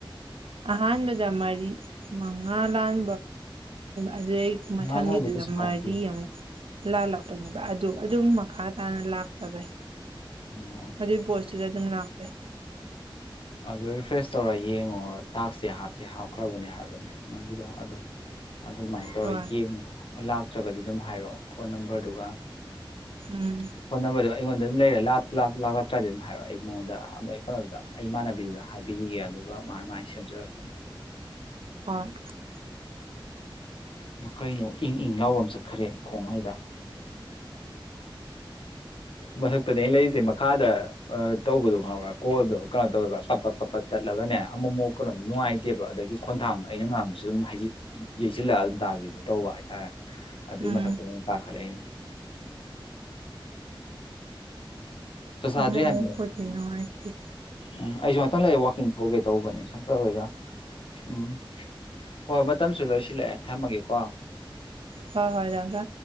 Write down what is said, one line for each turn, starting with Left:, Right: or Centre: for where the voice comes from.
Right: ꯑꯍꯥꯟꯕꯗ ꯃꯔꯤ ꯃꯉꯥ ꯂꯥꯟ ꯑꯗꯨ ꯑꯩ ꯃꯊꯪꯒꯤꯗꯨꯗ
Left: ꯃꯉꯥ ꯂꯥꯟꯕ ꯀꯩꯁꯨ ꯀꯥꯏꯗꯦ
Right: ꯃꯔꯤ ꯑꯃꯨꯛ ꯂꯥꯜꯂꯛꯄꯅꯦꯕ ꯑꯗꯨ ꯑꯗꯨꯝ ꯃꯈꯥ ꯇꯥꯅ ꯂꯥꯛꯇꯕꯩ
Left: ꯑꯣ
Right: ꯑꯗꯨꯏ ꯄꯣꯠꯇꯨꯗ ꯑꯗꯨꯝ ꯂꯥꯛ <unintelligible>
Left: ꯑꯗꯨ ꯔꯤꯐ꯭ꯔꯦꯁ ꯇꯧꯔ ꯌꯦꯡꯉꯣ ꯇꯥꯛꯁꯦ ꯍꯥꯞꯇꯦ ꯍꯥꯞꯈ꯭ꯔꯕꯅꯦ ꯍꯥꯏꯕꯅꯦ ꯅꯪꯒꯤꯗꯣ ꯑꯗꯣ ꯑꯗꯨꯃꯥꯏꯅ ꯇꯧꯔꯒ
Right: ꯍꯣꯏ
Left: ꯌꯦꯡꯉꯨ ꯂꯥꯛꯇ꯭ꯔꯒꯗꯤ ꯑꯗꯨꯝ ꯍꯥꯏꯔꯛꯑꯣ ꯐꯣꯟ ꯅꯝꯕꯔꯗꯨꯒ
Right: ꯎꯝ
Left: ꯑꯅꯝꯕꯔ ꯑꯩꯉꯣꯟꯗ ꯑꯗꯨꯝ ꯂꯩꯔꯦ ꯂꯥꯛ ꯂꯥꯛꯇ꯭ꯔꯥꯗꯤ ꯑꯗꯨꯝ ꯍꯥꯏꯔꯛꯑꯣ ꯑꯩ ꯃꯉꯣꯟꯗ ꯀꯩꯅꯣꯗ ꯑꯩꯃꯥꯟꯅꯕꯤꯗꯨꯗ ꯍꯥꯏꯕꯤꯈꯤꯒꯦ ꯑꯗꯨꯒ ꯃꯥꯅ ꯃꯥꯥꯏ ꯁꯦꯝꯖꯔꯛꯀꯅꯤ
Right: <unintelligible>
Left: ꯎꯝ ꯀꯩꯅꯣ ꯏꯪ ꯏꯪ ꯂꯥꯎꯕ ꯑꯃ ꯆꯠꯈ꯭ꯔꯦ ꯈꯣꯡ ꯍꯥꯏꯗ ꯃꯊꯛꯄꯗꯤ ꯑ ꯂꯩꯔꯤꯁꯦ ꯃꯈꯥꯗ ꯇꯧꯕꯗꯣ ꯈꯪꯕ꯭ꯔꯥ ꯀꯣꯜꯗꯣ ꯀꯩꯅꯣ ꯇꯧꯋꯦꯕ ꯄꯞꯄꯠ ꯄꯞꯄꯠ ꯇꯠꯂꯒꯅꯦ ꯑꯃꯨꯛ ꯑꯃꯨꯛ ꯀꯩꯅꯣꯝ ꯅꯨꯡꯉꯥꯏꯇꯦꯕ ꯑꯗꯒꯤ ꯈꯣꯟꯊꯥꯡ ꯑꯩꯅ ꯉꯥꯡꯕꯁꯨ ꯑꯗꯨꯝ ꯌꯩꯁꯤꯜꯂꯛꯑ ꯑꯗꯨꯝ ꯇꯥꯕꯤꯗꯣ ꯇꯧꯕ ꯍꯥꯏꯇꯥꯔꯦ ꯑꯗꯨꯏ
Right: ꯎꯝ
Left: ꯃꯊꯛꯇ ꯀꯥꯈꯠꯂꯛꯏꯅꯦ ꯆ ꯆꯥꯗ꯭ꯔꯤ
Right: ꯑꯃꯨꯛꯄꯨꯗꯤ
Left: ꯍꯥꯏꯕꯅꯦ ꯎꯝ
Right: ꯅꯨꯡꯉꯥꯏꯇꯦ
Left: ꯎꯝ ꯑꯩꯁꯨ ꯉꯥꯛꯇꯪ ꯂꯩ ꯋꯥꯛꯀꯤꯡ ꯊꯣꯛꯒꯦ ꯇꯧꯕꯅꯦ ꯁꯝ ꯃꯣꯢꯒ ꯎꯝ ꯍꯣꯏ ꯍꯣꯏ ꯃꯇꯝꯁꯨ ꯂꯣꯏꯁꯤꯜꯂꯛꯑꯦ ꯊꯝꯃꯒꯦꯀꯣ ꯎ
Right: ꯍꯣꯏ ꯍꯣꯏ ꯗꯥ ꯀꯥ